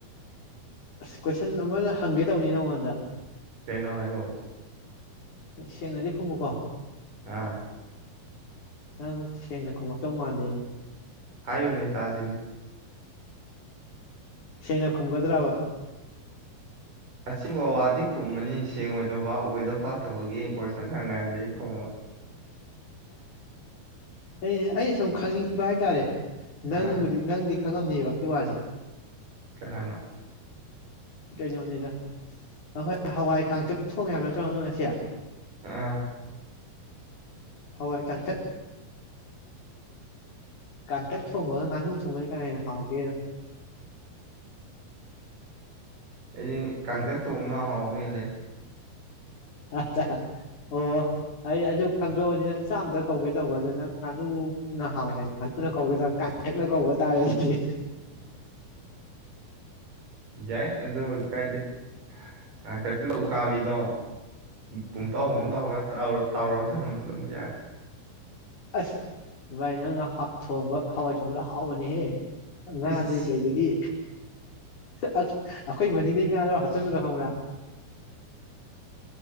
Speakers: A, on the left; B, on the right.
A: ꯑꯁ ꯀꯣꯏꯁꯟ ꯑꯃꯒ ꯍꯪꯒꯦ ꯇꯧꯅꯤ ꯅꯉꯣꯟꯗ
B: ꯀꯩꯅꯣ ꯍꯥꯏꯔꯣ
A: ꯁꯦꯡꯅꯗꯤ ꯈꯨꯝꯃꯨꯀꯣ
B: ꯑꯥ
A: ꯅꯪ ꯁꯦꯡꯅ ꯈꯨꯝꯃꯛꯇꯧ ꯃꯥꯟꯗꯦꯅꯦ
B: ꯍꯥꯏꯌꯨꯅꯦ ꯇꯥꯖꯤꯅꯦ
A: ꯁꯦꯡꯅ ꯈꯨꯝꯒꯗ꯭ꯔꯕ
B: ꯑꯁꯤꯤꯡꯕ ꯋꯥꯗꯤ ꯈꯨꯝꯉꯅꯤ ꯁꯦꯡꯉꯣꯏꯗꯧꯕ ꯕꯕꯥ ꯑꯣꯏꯗ ꯄꯥꯊꯕꯒꯤ ꯀꯣꯏꯁꯟ ꯍꯪꯉꯗꯤ ꯈꯣꯡꯃꯣꯏ
A: ꯑꯩ ꯑꯩ ꯁꯨꯝ ꯈꯪꯅꯤꯡꯕ ꯍꯥꯏꯇꯥꯔꯦ ꯅꯪꯕꯨ
B: ꯑꯥ
A: ꯅꯪ ꯈꯪꯉꯝꯅꯦꯕ ꯏ ꯋꯥꯁꯦ
B: ꯀꯅꯥꯅꯣ
A: ꯀꯩꯅꯣꯅꯤꯗ ꯑꯩꯈꯣꯏ ꯍꯋꯥꯏ ꯀꯥꯡꯥꯡꯊꯛ ꯊꯣꯡꯉꯦ ꯍꯥꯏꯕ ꯅꯠꯇ꯭ꯔꯣ ꯉꯁꯦ
B: ꯑ
A: ꯍꯋꯥꯏ ꯀꯥꯊ ꯀꯥꯡꯇꯛ ꯊꯣꯡꯕꯒ ꯉꯥꯅꯨ ꯊꯣꯡꯕꯁ ꯀꯅꯥꯅ ꯍꯥꯎꯒꯦꯅ
B: ꯑꯩ ꯀꯥꯡꯪꯊ ꯊꯣꯡꯅ ꯍꯥꯎꯕ ꯍꯂꯦ
A: <inaudible> ꯑꯣ ꯑꯩ ꯑ ꯈꯪꯗꯣꯛꯑꯗꯤ ꯅꯪ ꯆꯥꯝꯗ ꯀꯧꯒꯦ ꯇꯧꯕꯗꯣ ꯅꯪ ꯀꯨꯅ ꯍꯥꯎꯋꯦ ꯍꯥꯏꯗꯤꯅ ꯀꯧꯗ꯭ꯔ ꯄꯊꯛꯅ ꯀꯧꯕ ꯇꯥꯔꯦ ꯑꯗꯨꯗꯤ
B: ꯌꯥꯏ ꯑꯗꯨꯗ ꯀꯥꯏꯗ ꯀ ꯀꯈꯥꯕꯤꯗꯣ ꯄꯨꯝꯊꯥꯎ ꯄꯨꯝꯇꯥꯎ
A: ꯑ
B: ꯅ ꯇꯥꯔ ꯇꯧꯔꯒ ꯊꯝꯂꯝꯝꯃ ꯑꯗꯨꯕ ꯌꯥ
A: ꯑꯁ ꯚꯥꯏ ꯅꯪꯅ ꯊꯣꯡꯕ ꯍꯋꯥꯏ ꯊꯣꯡꯕꯗ ꯍꯥꯎꯕꯅꯤꯍꯦ ꯉꯥꯗꯩ
B: ꯏꯁ ꯏꯁ
A: ꯀꯩꯗꯒꯤ ꯑꯩꯈꯣꯏ ꯃꯅꯤꯡꯗꯒꯤ ꯉꯥꯗꯣ ꯍꯥꯞꯆꯤꯟꯔꯣ ꯈꯪꯕ꯭ꯔꯥ <inaudible>